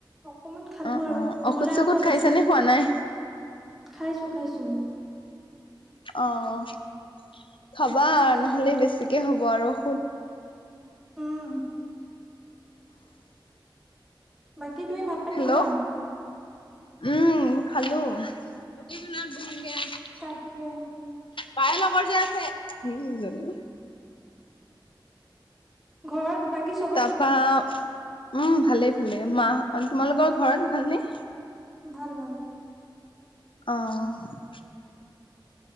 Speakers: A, in the centre; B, on the left (about 80°).
A: অকমান খালোঁ
B: অ
A: আৰু
B: অ ঔষধ
A: নহ'লে
B: চৌষধ
A: আকৌ
B: খাইছানে
A: বেছি,
B: খোৱা নাই
A: খাইছোঁ খাইছোঁ।
B: অ' খাবা
A: ক'ত খাই
B: নহ'লে বেছিকে হ'ব আৰু ষুদ
A: উম, বাকী তুমি ভাত পানী
B: হেল্ল'
A: খালা?
B: উম খালোঁ। <unintelligible>
A: তাকে,
B: বায়ে লগৰ যে আছে সেইজনী
A: ঘৰত বাকী চব
B: তাৰপৰা, উম, ভালে, ভালে মাহ, তোমালোকৰ ঘৰত ভালনে?
A: ভাল, ভাল।
B: অ',